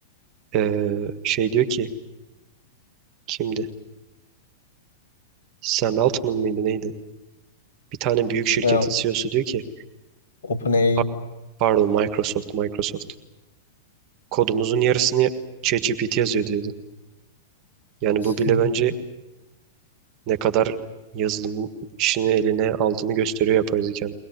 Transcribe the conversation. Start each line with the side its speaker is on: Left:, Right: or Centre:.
Right: Ee, şey diyor ki kimdi? Sam Altman mıydı neydi? Bir tane büyük şirketin
Left: Ha,
Right: CEO'su diyor ki
Left: OpenAI'in.
Right: "Ha- pardon Microsoft Microsoft kodumuzun yarısını ChatGPT yazıyor diyordu. Yani
Left: <laughs>
Right: bu bile bence ne kadar yazılım işini eline aldığını gösteriyor yapay zeka.